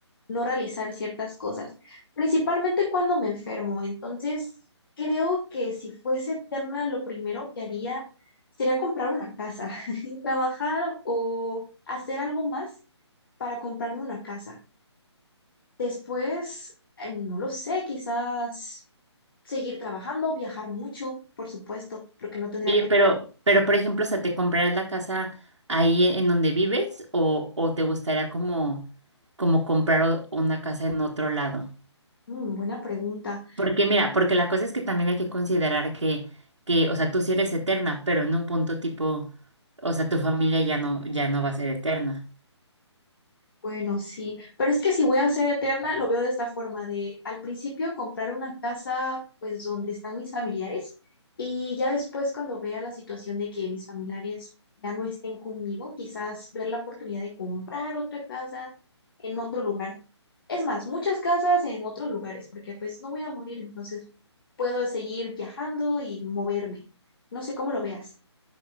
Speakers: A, on the left (about 50°); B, on the right (about 80°).
A: no realizar ciertas cosas, principalmente cuando me enfermo. Entonces, creo que si fuese eterna, lo primero que haría sería comprar una casa, <laughs> trabajar o hacer algo más para comprarme una casa. Después, eh, no lo sé, quizás. seguir trabajando, viajar mucho, por supuesto, porque no tendría
B: Oye,
A: que...
B: pero, pero por ejemplo, o sea, ¿te comprarás la casa ahí en donde vives o, o te gustaría como, como comprar o- una casa en otro lado?
A: Mm, buena pregunta.
B: Porque mira, porque la cosa es que también hay que considerar que, que, o sea, tú sí eres eterna, pero en un punto tipo, o sea, tu familia ya no, ya no va a ser eterna.
A: Bueno, sí, pero es que si voy a ser eterna, lo veo de esta forma, de al principio comprar una casa, pues donde están mis familiares, y ya después cuando vea la situación de que mis familiares ya no estén conmigo, quizás ver la oportunidad de comprar otra casa en otro lugar. Es más, muchas casas en otros lugares, porque pues no voy a morir, entonces puedo seguir viajando y moverme. No sé cómo lo veas.